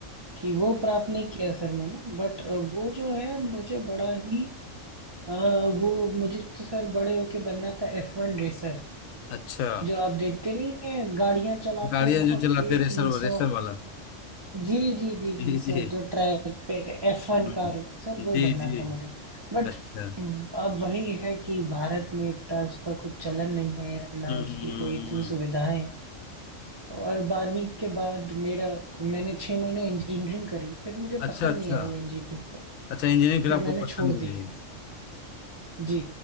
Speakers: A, on the right; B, on the left.
A: कि वो प्राप्त नहीं किया सर मैंने बट वो जो है मुझे बड़ा ही अ, वो मुझे तो सर बड़े होके बनना था एफ वन रेसर
B: अच्छा
A: जो आप देखते नहीं हैं गाड़ियां चलाते
B: गाड़ियां
A: हैं बहुत
B: जो चलाते
A: तेज
B: रेसर
A: तीन सौ
B: रेसर वाला
A: जी जी जी
B: जी
A: जी सर
B: जी
A: जो ट्रैक पे एफ वन
B: हम्म।
A: कार है सर वो
B: जी
A: बनना
B: जी
A: था मुझे बट
B: अच्छा हम्म
A: अब वही है कि भारत में इतना उसका कुछ चलन नहीं है ना
B: हम्म,
A: उसकी
B: हम्म,
A: कोई इतनी
B: हम्म।
A: सुविधाएं हैं। और बारहवीं के बाद मेरा मैंने छह महीने इंजीनियरिंग करी फिर मुझे
B: अच्छा
A: पसंद
B: अच्छा
A: नहीं आई इंजीनियरिंग तो
B: अच्छा इंजीनियरिंग फिर
A: फिर
B: आपको
A: मैंने
B: पसंद
A: छोड़ दी
B: नहीं आई
A: जी